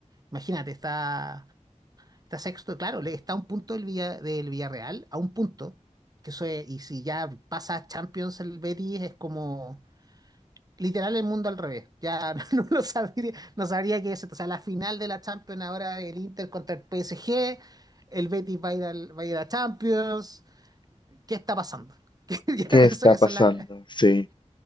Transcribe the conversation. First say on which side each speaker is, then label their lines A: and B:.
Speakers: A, on the right (about 30°); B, on the left (about 40°).
A: imagínate, está, está sexto, claro, le está a un punto del, Villa- del Villarreal, a un punto, que eso es, y si ya pasa a Champions el Betis es como literal el mundo al revés. Ya <laughs> no, lo sabría, no sabría qué es esto. O sea, la final de la Champions ahora el Inter contra el PSG, el Betis va a ir, al- va a ir a Champions. ¿Qué está pasando? <laughs> ¿Qué, ya,
B: ¿Qué
A: eso,
B: está
A: esa
B: pasando?
A: es la,
B: Sí.